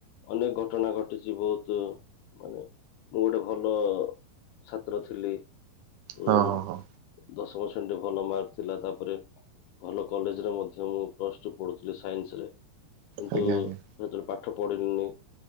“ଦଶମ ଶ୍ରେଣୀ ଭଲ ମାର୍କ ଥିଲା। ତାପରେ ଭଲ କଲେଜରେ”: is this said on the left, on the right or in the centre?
Left